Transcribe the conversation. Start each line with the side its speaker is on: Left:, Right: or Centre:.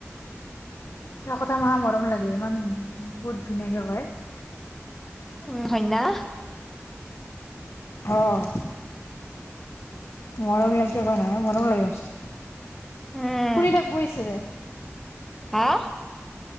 Left: তাৰ কথা মা মৰম লাগে ইমান বহুত ধুনীয়াকে কয়
Centre: উম হয়না
Left: আহ মৰমি হালকে ক নাই মৰম লাগে মছ্ত <unintelligible>
Centre: উম
Left: ফুৰি থাক বহিছে যে
Centre: হা